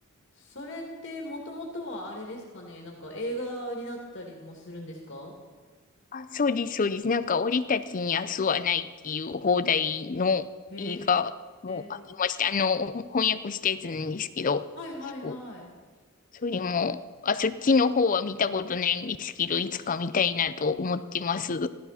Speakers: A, on the left (about 55°); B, on the left (about 35°).
A: それってもともとはあれですかね。なんか映画になったりもするんですか
B: あ、そうです、そうです。なんか、俺たちに明日はないっていう放題の映画もありました。
A: へえ。
B: あの、翻訳したやつなんですけど、
A: はいはいはい。
B: そう。それも、あ、そっちの方は見たことないんですけど、いつか見たいなと思ってます。